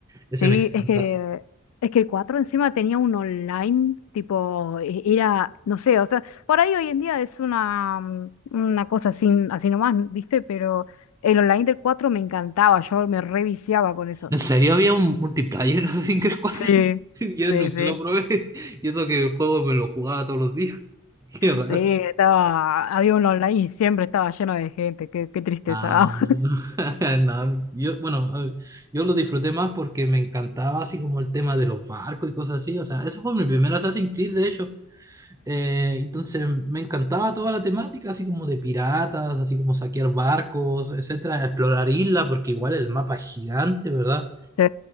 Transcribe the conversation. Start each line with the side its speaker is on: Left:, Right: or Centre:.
Right: Ese
Left: sí,
Right: me encanta.
Left: es que es que el 4 encima tenía un online, tipo, e- era, no sé, o sea, por ahí hoy en día es una, mm, una cosa así, así nomás, ¿viste? Pero el online del 4 me encantaba, yo me reviciaba con eso.
Right: ¿En serio había un multiplayer en Assassin's Creed cuatro
Left: Sí,
Right: <laughs> Yo
Left: sí,
Right: nunca
Left: sí.
Right: lo probé. <laughs> Y eso que el juego me lo jugaba todos los días. <laughs> Qué raro.
Left: Sí, estaba, había un online y siempre estaba lleno de gente, qué, qué tristeza.
Right: Ah, <laughs>
Left: <laughs>
Right: no, yo, bueno, a ver, yo lo disfruté más porque me encantaba así como el tema de los barcos y cosas así. O sea, ese fue mi primer Assassin's Creed, de hecho. Eh, entonces me encantaba toda la temática, así como de piratas, así como saquear barcos, etcétera, explorar islas, porque igual el mapa es gigante, ¿verdad?
Left: Sí.